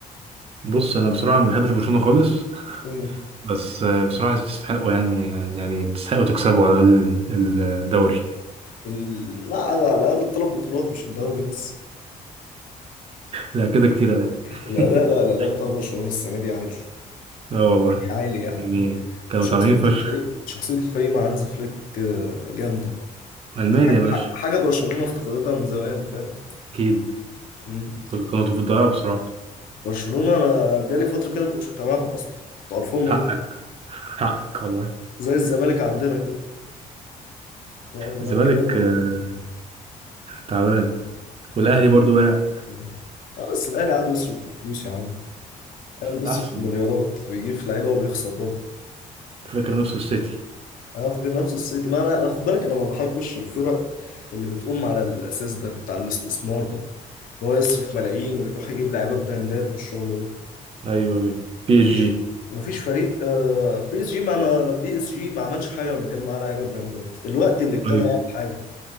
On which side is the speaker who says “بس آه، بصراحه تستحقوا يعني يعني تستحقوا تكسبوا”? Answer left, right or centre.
Right